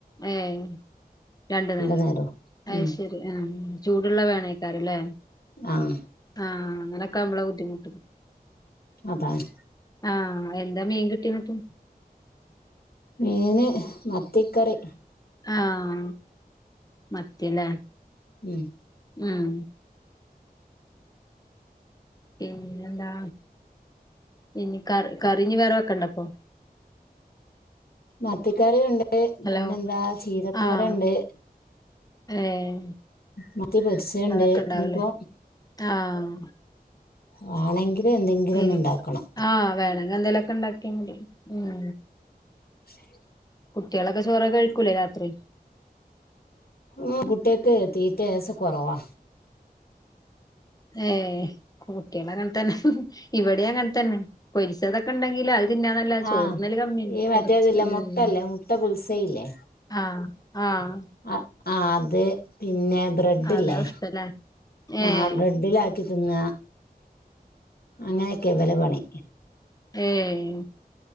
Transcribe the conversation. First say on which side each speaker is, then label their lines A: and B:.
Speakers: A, on the left; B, on the left.
A: ഏഹ്... രണ്ടു നേരം
B: നേരവും
A: അയ്ശേരി.
B: ഉം
A: ആഹ്.. മ് ചൂടുള്ള വേണേക്കാരം ല്ലേ?
B: ആഹ്
A: ആഹ് അങ്ങനൊക്കാവുമ്പള ബുദ്ധിമുട്ട്
B: അതാണ്
A: ആഹ് എന്താ മീൻ കിട്ടിയെന്നട്ട്
B: മീന് മത്തിക്കറി
A: ആഹ് മത്തി ലേ
B: ഉം
A: ഉം പിന്നെന്താ ഇനി കറി കറിഞ്ഞി വേറെ വെക്കണ്ടപ്പോ
B: മത്തിക്കറിയുണ്ട്
A: ഹലോ
B: പിന്നെന്താ ചീരത്തോരണ്ട്
A: ആഹ് ഏഹ്
B: മത്തി പൊരിച്ചത്ണ്ട്
A: അതൊക്കെ ഇണ്ടാവൂലേ
B: ഇഞ്ഞിപ്പോ
A: ആഹ്
B: വാണെങ്കി ല് എന്തെങ്കിലും
A: ഇനി
B: ഒന്ന് ണ്ടാക്കണം
A: ആഹ് വേണങ്കി എന്തേലൊക്കെ ണ്ടാക്കിയാ മതി ഉം
B: ശ <inaudible>
A: കുട്ട്യാളൊക്കെ ചോറ് കയ്ക്കൂല്ലേ രാത്രി
B: ഉം കുട്ട്യാക്ക് തീറ്റ ഏസം കൊറവാ
A: ഏഹ് കുട്ട്യാളെങ്ങനെതന്നെ ഇവിടേം അങ്ങനെ തന്നെ പൊരിച്ചതൊക്കെ ണ്ടെങ്കില് അ അതിന്നാ ന്നല്ലാതെ ചോറ്ന്നല്
B: ആഹ്
A: കമ്മിയാണ്
B: ഈ മറ്റേതില്ലേ
A: കൊറച്ച് ഉം
B: മുട്ടല്ലേ മുട്ട പുൽസയില്ലേ
A: ആഹ് ആഹ്
B: ആഹ് ആഹ് അത് പിന്നെ ബ്രെഡ്ഡില്ലേ
A: അതാവും ഇഷ്ടല്ലേ ഏഹ്
B: ആ ബ്രെഡിലാ ക്കി തിന്ന അങ്ങനെക്കെ ഇവലെ പണി
A: ഏയ്